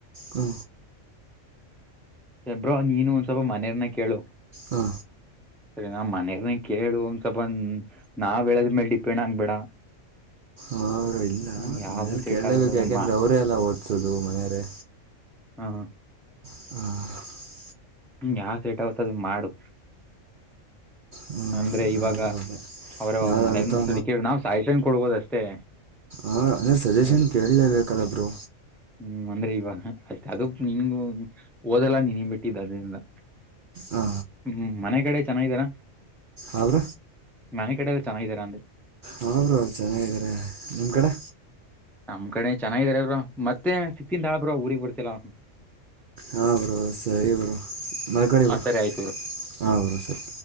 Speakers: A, on the right (about 55°); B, in the centre.
A: ಹಾ
B: ತ್ತೆ ಬ್ರೋ ನೀನು ಒಂದ್ ಸ್ವಲ್ಪ ಮನೆಯರ್ನ್ನ ಕೇಳು.
A: ಹಾ
B: ಸರಿ ನಾ ಮನೆಯರ್ನ ಕೇಳು ಒಂದ್ <unintelligible> ನಾವ್ ಹೇಳದ್ಮೇಲೆ ಡಿಪೆಂಡ್ ಆಗ್ಬೇಡ.
A: ಹಾ ಇಲ್ಲ
B: ನೀನ್ ಯಾವ್ದು
A: ಮನೇಲ್
B: ಸೆಟ್
A: ಕೇಲ್ಲೇಬೇಕ್
B: ಆಗೋದು ಅದು
A: ಯಾಕೆಂದ್ರೆ ಅವ್ರೆ ಅಲ್ಲ ಓದ್ಸೋದು ಮನೆಯರೆ.
B: ಹಾ
A: <inaudible>
B: ನೀನ್ ಯಾ ಕೆ <unintelligible> ಮಾಡು
A: ಹ್ಞೂ
B: ಅಂದ್ರೆ ಇವಾಗ
A: ಹೌದು
B: ಅವ್ರ
A: ಯಾವ್ದಾಗುತ್ತೋ
B: ಮನೆಯ ಮು <unintelligible> ಕೇಳಿ ನಾವ್ ಸಾಯಿಷೊಂಡ್ ಕೊಡ್ಬೋದ್ ಅಷ್ಟೇ
A: ಹಾ ಅಂದ್ರೆ ಸಜೆಷನ್
B: ಹ್ಮ್
A: ಕೇಲ್ಲೇಬೇಕಲ್ಲ ಬ್ರೋ.
B: ಹ್ಮ್ ಅಂದ್ರೆ ಇವ ಅದುಕ್ ನೀನು ಓದಲ್ಲ ನಿನಿಗ್ ಬಿಟ್ಟಿದ್ ಅದ್ರಿಂದ
A: ಹಾ
B: ಹ್ಮ್ ಮನೆ ಕಡೆ ಚೆನ್ನಾಗಿದ್ದಾರಾ
A: ಹೌರ
B: ಮನೆ ಕಡೆ ಎಲ್ಲಾ ಚೆನ್ನಾಗಿದ್ದಿರಂದೆ
A: ಹಾ ಬ್ರೊ ಚೆನ್ನಾಗಿದಾರೆ ನಿಮ್ ಕಡೆ
B: ನಮ್ ಕಡೆ ಚೆನ್ನಾಗಿದ್ದರೆ ಬ್ರೊ ಮತ್ತೆ ಸಿಕ್ತಿಂದ ಬ್ರೊ ಊರಿಗ್ ಬರ್ತಿಲ್ಲ
A: ಹಾಂ ಬ್ರೊ ಸರಿ ಬ್ರೊ ಮಲ್ಕೊಳಿ
B: ಹಾ
A: ಬ್ರೊ
B: ಸರಿ ಆಯ್ತು ಬ್ರೋ
A: ಹಾಂ ಬ್ರೋ ಸರಿ